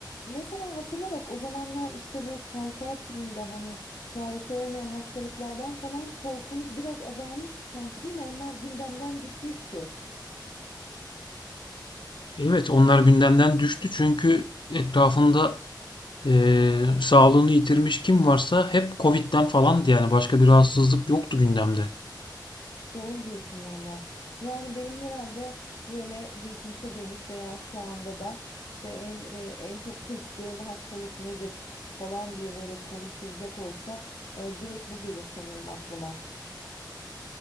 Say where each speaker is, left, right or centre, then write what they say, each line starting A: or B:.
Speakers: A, on the left (about 70°); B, on the left (about 85°).
A: mesela hatırla bak o zamanlar işte bu kanser türünde hani çaresi olmayan hastalıklardan falan korkumuz biraz azalmıştı sanki değil mi? Onlar gündemden düşmüştü.
B: Evet, onlar gündemden düştü çünkü etrafında eee, sağlığını yitirmiş kim varsa hep Covid'den falandı yani başka bir rahatsızlık yoktu gündemde.
A: Doğru diyorsun valla. Yani benim herhalde böyle geçmişe dönük veya şu anda da işte en e, en çok tırstığın hastalık nedir falan diye böyle konuşulacak olsa e, direkt bu gelir sanırım aklıma.